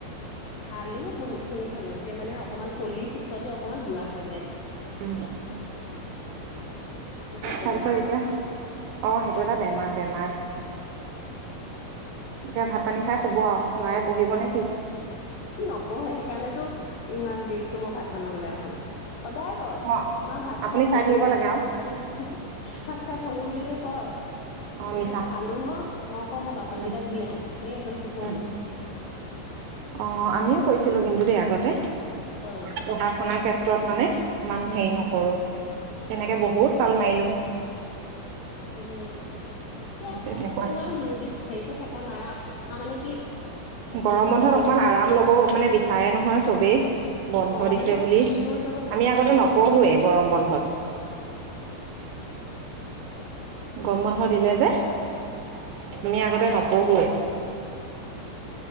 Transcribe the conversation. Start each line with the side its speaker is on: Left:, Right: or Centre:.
Left: খালোঁ বহুতখিনি খালোঁ এতিয়া মানে অকণমান কলি পিছতে অকণমান বুঢ়া হৈ যায়।
Right: উম।
Left: এইটো এটা বেমাৰ
Right: তাৰপিছত এতিয়া অ, সেইটো এটা বেমাৰ বেমাৰ। এতিয়া ভাত পানী খাই শুব আৰু লৰাই পঢ়িব নেকি?
Left: নপঢ়ে সেইকাৰণেতো ইমান দেৰিকে মই ভাত বনাবলৈ আহো। সদায় কয়
Right: অ
Left: মা ভাত
Right: আপুনি
Left: খাই
Right: চাই
Left: পঢ়িম
Right: থাকিব লাগে
Left: ভাত
Right: আৰু
Left: খাই ভাত খাই পঢ়িম বুলি যে কয়। তাৰ
Right: অ মিছা
Left: পিছত খালো নহয়, মই কও মই বাচন
Right: উম
Left: কেইটা ধুই আহো। এই সেইফালে টোপনি।
Right: উম অ আমিও কৈছিলোঁ কিন্তু দে আগতে
Left: অ
Right: পঢ়া শুনাৰ ক্ষেত্ৰত মানে। ইমান
Left: অ
Right: হেৰি নকৰোঁ। তেনেকে বহুত পাল মাৰিলো।
Left: উম এতিয়া
Right: তেনেকুৱা
Left: ইমান জোৰদি, হেৰি কৰি থকা নাই আৰু তাৰ মানে কি? তেনেকে
Right: গৰম বন্ধত
Left: জোৰ জবজকে
Right: অকমান আৰাম লব মানে বিচাৰে নহয় চবেই। বন্ধ
Left: অ
Right: দিছে
Left: মানে
Right: বুলি। আমি
Left: জোৰ জবজ
Right: আগতে নপঢ়োয়েই গৰম বন্ধত গৰম বন্ধ দিলে যে আমি আগতে নপঢ়োৱেই।